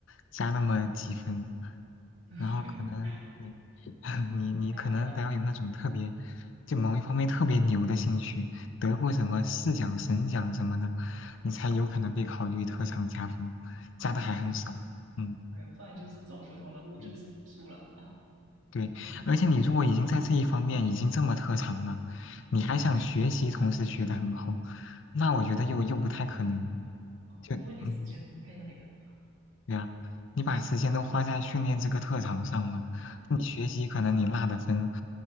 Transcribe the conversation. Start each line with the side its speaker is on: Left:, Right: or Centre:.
Left: 加那么几分。
Right: 啊，<laughs>
Left: 然后可能你 <laughs> 你你可能得要有那种特别，
Right: 要要啊，
Left: 就某一方面特别牛的兴趣，得过什么市奖、
Right: 对
Left: 省奖什么的，你才有可能被考虑特长加分，加的还很少。
Right: 对
Left: 嗯，
Right: 对，不然就是走普通的路，
Left: 对
Right: 就是读书了
Left: 对，而且你如果已经在这一方面已经这么特长了，你还想学习，同时学得很好，那我觉得又又不太可能，
Right: 啊，
Left: 就你。
Right: 因为你时间分配那里很好
Left: 你对呀，你把时间都花在训练这个特长上了，
Right: 对。
Left: 那你学习可能你落的分，